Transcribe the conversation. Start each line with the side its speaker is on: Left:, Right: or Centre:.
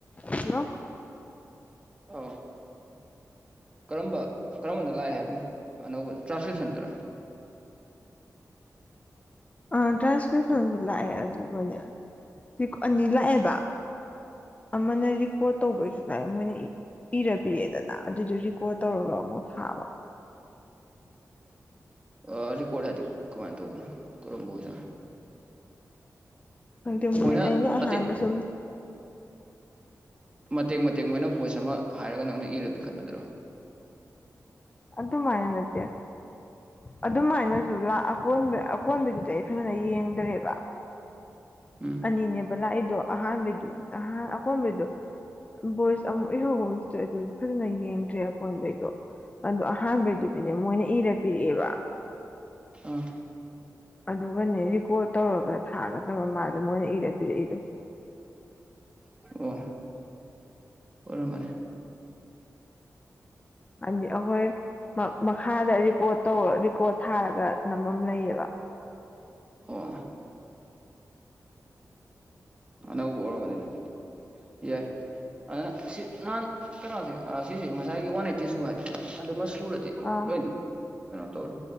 Left: Hello
Right: ꯑ ꯀꯔꯝꯕ ꯀꯔꯝꯕꯅ ꯂꯥꯛꯑꯦ ꯍꯥꯏꯕꯨ ꯑꯅꯧꯕꯅ ꯇ꯭ꯔꯥꯟꯁꯀ꯭ꯔꯤꯞꯁꯟꯗꯨꯔ
Left: <inaudible> ꯑꯥ ꯇ꯭ꯔꯥꯟꯁꯀ꯭ꯔꯤꯠ ꯐꯁꯨ ꯂꯥꯛꯑꯦ ꯑꯗꯨꯒꯅꯦ ꯍꯧ ꯑꯅꯤ ꯂꯥꯛꯑꯦꯕ ꯑꯃꯅ ꯔꯤꯄꯣꯔꯠ ꯇꯧꯕꯁꯨ ꯂꯥꯛꯑꯦ ꯃꯣꯏꯅ ꯄꯤꯔ ꯄꯤꯔꯦꯗꯅ ꯑꯗꯨꯗꯣ ꯔꯤꯀ꯭ ꯇꯧꯔꯒ ꯑꯃꯨꯛ ꯊꯥꯕ
Right: ꯑ ꯑꯗꯨ ꯀꯣꯠ ꯍꯥꯏꯗꯤ ꯀꯃꯥꯏꯅ ꯇꯧꯕꯅ ꯀꯔꯝꯕꯖ
Left: ꯈꯪꯗꯦ ꯃꯣꯏ
Right: ꯃꯣꯏꯅ
Left: ꯑꯩꯅ ꯑꯍꯥꯟꯕ
Right: ꯃꯇꯦꯛ
Left: ꯁꯨꯝ
Right: ꯃꯇꯦꯛ ꯃꯇꯦꯛ ꯃꯣꯏꯅ ꯚꯣꯏꯁ ꯑꯃ ꯍꯥꯏꯔꯒ ꯅꯪꯅ ꯏꯔ ꯄꯤꯈꯠꯄꯗꯨꯔꯣ
Left: ꯑꯗꯨ ꯑꯗꯨ ꯃꯥ ꯅꯠꯇ ꯑꯗꯨꯃꯥꯏꯅꯁꯨ ꯑꯀꯕ ꯑꯀꯣꯟꯕꯗꯨꯗꯤ ꯑꯩ ꯐꯖꯅ ꯌꯦꯡꯗꯔꯦꯕ
Right: ꯎꯝ
Left: ꯑꯅꯤꯅꯦꯕ ꯂꯥꯛꯏꯗꯣ ꯑꯍꯥꯟꯕꯩꯗꯨ ꯑꯍꯣꯟꯕꯩꯗꯣ ꯚꯣꯏꯁ ꯑꯃꯨꯛ ꯏꯍꯧꯕ ꯑꯃꯁꯇ ꯑꯗꯨ ꯐꯖꯅ ꯌꯦꯡꯗ꯭ꯔꯦ ꯑꯀꯣꯟꯗꯩꯗꯣ ꯑꯗꯣ ꯑꯍꯥꯟꯕꯩꯗꯨꯗꯤꯅꯦ ꯃꯣꯏꯅ ꯏꯔ ꯄꯤꯔꯛꯑꯦꯕ
Right: ꯑ
Left: ꯑꯗꯨꯒꯅꯦ ꯔꯤꯀꯣꯔꯠ ꯇꯧꯔꯒ ꯊꯥꯒꯗꯧꯔ ꯃꯥꯜꯗ ꯃꯣꯏꯅ ꯏꯔꯄꯤꯔꯛꯏꯗꯣ
Right: ꯑꯣ ꯑꯣꯏꯔꯝꯕꯅꯤ
Left: ꯑ ꯑꯈꯣꯏ ꯃꯈꯥꯗ ꯔꯦꯀꯣꯔꯠ ꯇꯧꯔ ꯔꯦꯀꯣꯔꯠ ꯊꯥꯔꯒ ꯅꯝꯐꯝ ꯑꯃ ꯂꯩꯌꯦꯕ
Right: ꯑꯣ ꯑꯅꯧꯕ ꯑꯣꯏꯔꯔꯕꯅꯤ ꯑꯗꯨꯗꯤ ꯌꯥꯏ ꯑꯗꯨꯅ ꯁꯤ ꯅꯍꯥꯟ ꯀꯩꯅꯣꯁꯦ ꯁꯤꯁꯦ ꯉꯁꯥꯏꯒꯤ ꯋꯥꯟ ꯑꯩꯠꯇꯤ ꯁꯨ ꯍꯥꯏꯗꯣ ꯑꯗꯨꯃ ꯗꯤ
Left: ꯑꯥ
Right: ꯀꯩꯅꯣ ꯇꯧ